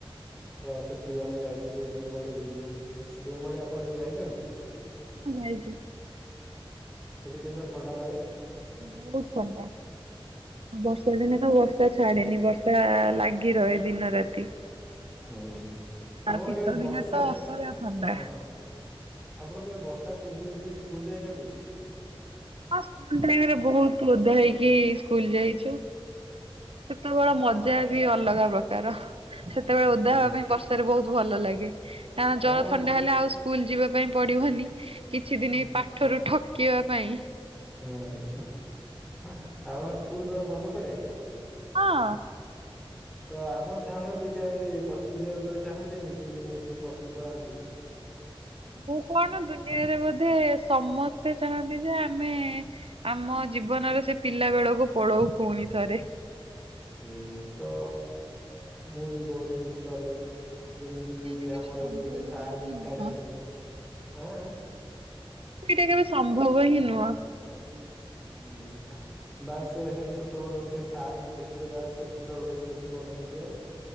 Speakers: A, in the centre; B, on the right.
A: ତ ସେଠି ଆମେ ଯାଇଥିଲୁ ଦେଓମାଳି ବୁଲିଲୁ। ଦେଓମାଳି ଆପଣ କେ ଯାଇଛନ୍ତି?
B: ଜାଇଛିି।
A: <unintelligible> ଥଣ୍ଡା ଲାଗେ।
B: ବହୁତ ଥଣ୍ଡା। ବର୍ଷା
A: ହୁଁ
B: ଦିନେ ତ ବର୍ଷା ବର୍ଷା ଛାଡେନି ବର୍ଷା ଲାଗି ରହେ ଦିନ ରାତି।
A: ହୁଁ
B: ଆଉ
A: ଆପଣ
B: ଶୀତ
A: କେବେ
B: ଦିନେ
A: ବର୍ଷାରେ
B: ତ ଅସହ୍ୟ ଥଣ୍ଡା।
A: ହଁ ହଁ ଆପଣ କେବେ ବର୍ଷା ରେ ତିନ୍ତି ତିନ୍ତି ସ୍କୁଲ ଯାଇଛନ୍ତି?
B: ହଁ ସ୍କୁଲ ଟାଇମ ରେ ବହୁତ ଓଦା ହେଇକି ସ୍କୁଲ ଯାଇଛୁ। ସେତେବେଳେ
A: ଓହୋ।
B: ମଜା ବି ଅଲଗା ପ୍ରକାର ସେ ସେତେବେଳେ
A: ହୁଁ।
B: ଓଦା ହେବା ପାଇଁ ବର୍ଷାରେ ବହୁତ ଭଲ ଲାଗେ। କାରଣ
A: ଆପଣଙ୍କୁ
B: ଜର ଥଣ୍ଡା ହେଲେ ଆଉ ସ୍କୁଲ ଯିବା ପାଇଁ ପଡିବନି। କିଛି ଦିନ
A: ହୁଁ
B: ପାଠରୁ ଠକିବା ପାଇଁ।
A: ହୁଁ ଆପଣ ସ୍କୁଲ ବେଳ ମନ ପଡେ?
B: ହଁ।
A: ତ ଆପଣ ଚାହୁଁନାନ୍ତି କାହିଁ ପଛକୁ ଯିବାକୁ କେବେ ଚାହାଁନ୍ତିନି, କି ମୁଁ ସେଇ ପଛକୁ ପଳାନ୍ତି।
B: ମୁଁ କଣ ଦୁନିଆରେ ବୋଧେ ସମସ୍ତେ ଚାହାନ୍ତି ଯେ ଆମେ ଆମ ଜୀବନର ସେ ପିଲା ବେଳକୁ ପଳଉ ପୁଣି ଥରେ।
A: ହୁଁ ତ ମୁଁ ବି ବହୁତ ମିସ୍ କରେ। ଯେମିତି କି
B: ସେଇଟା କେବେ
A: ଆମର
B: ସମ୍ଭବ
A: ଏବେ ଗୋଟେ ସାର୍ ରିଟାଡ
B: ହିଁ ନୁହଁ।
A: ନେଲେ ଅଁ
B: ସେଇଟା କେବେ ସମ୍ଭବ ହିଁ ନୁହଁ।
A: ହୁଁ। ବା ସେ ସେ ଛୋଟ ବେଳର ସେ ସାର୍ଙ୍କୁ ଦେଖିଲେ ବା ସେ ଛୋଟ ବେଳର ସ୍ମୃତି ମନେ ପଡିଯାଏ।